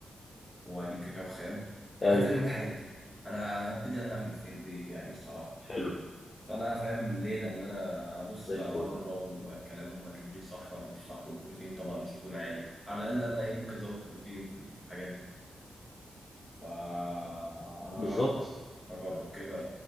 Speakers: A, in the centre; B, on the left.
A: واجيب كاكاو خام يعني
B: ايوه
A: هنزل اجيب الحاجات دي انا هبتدي انا اعمل في البيت يعني الصراحه
B: حلو
A: بس انا فاهم ليه لان انا ابص
B: زي
A: بقى
B: الفل
A: بره والكلام هم كاتبين صح ولا مش صح والبروتين طبعا مش هيكون عالي على الاقل انا ايه ممكن ازود بروتين في الحاجات دي فانا
B: بالظبط
A: هجرب هجرب كده